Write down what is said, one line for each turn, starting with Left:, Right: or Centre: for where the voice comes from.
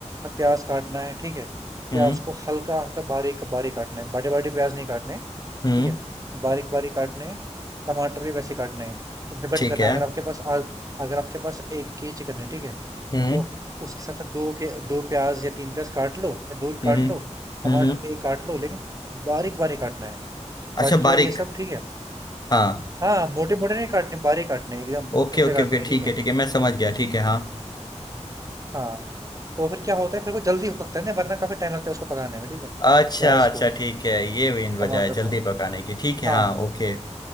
Right: अब प्याज काटना है ठीक है प्याज
Left: हम्म
Right: को हल्का हल्का बारीक बारीक काटना है बड़े बड़े प्याज नहीं काटने
Left: हम्म
Right: ठीक है बारीक बारीक काटने हैं टमाटर भी वैसे काटने हैं तो डिपेंड
Left: ठीक
Right: करता
Left: है
Right: है अगर आपके पास आज अगर आपके पास एक के चिकन है ठीक है
Left: हम्म
Right: तो उसके हिसाब से दो के दो प्याज या तीन प्याज काट लो या दो काट
Left: हम्म हम्म
Right: लो टमाटर
Left: हम्म।
Right: एक काट लो लेकिन बारीक बारीक काटना है
Left: अच्छा
Right: काट लिया
Left: बारीक
Right: ये सब ठीक है
Left: हाँ
Right: हाँ मोटे मोटे नहीं काटने बारीक काटने एकदम
Left: ओके
Right: पतले
Left: ओके
Right: काटने
Left: ओके ठीक
Right: ठीक है
Left: है ठीक है मैं समझ गया ठीक है हाँ
Right: हाँ तो फिर क्या होता है फिर वो जल्दी हो सकता है ना वरना काफी टाइम लगता है उसको पकाने में ठीक है
Left: अच्छा
Right: प्याज
Left: अच्छा
Right: को
Left: ठीक है ये मेन वजह
Right: टमाटर
Left: है जल्दी
Right: को
Left: पकाने की ठीक है
Right: हाँ
Left: हाँ ओके